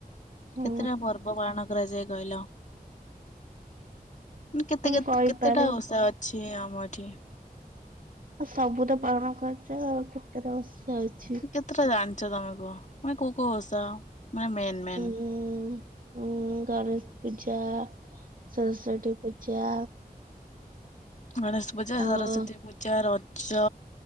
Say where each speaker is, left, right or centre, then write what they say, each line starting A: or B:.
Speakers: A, on the right; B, on the left.
A: ହୁଁ
B: କେତେଟା ପର୍ବ ପାଳନ କରାଯାଏ କହିଲ କେତେ
A: ମୁଁ
B: କେତ୍-
A: କହିପାରିବି
B: କେତେଟା ଓଷା ଅ ଛି ଆମରି।
A: ଆଉ ସବୁ ତ ପାଳନ କରୁଚୁ ଆଉ କେତେଟା <unintelligible>
B: କେତେଟା ଜାଣିଚ ତମେ କୁହ ମାନେ କଉ କଉ ଓଷା? ମାନେ ମେନ୍ ମେନ୍?
A: ଉଁ-। ଉଁ- ଗଣେଶ୍ ପୂଜା, ସରସ୍ଵତୀ ପୂଜା
B: ଗଣେଶ ପୂଜା,
A: ଆଉ
B: ସରସ୍ଵତୀ ପୂଜା, ରଜ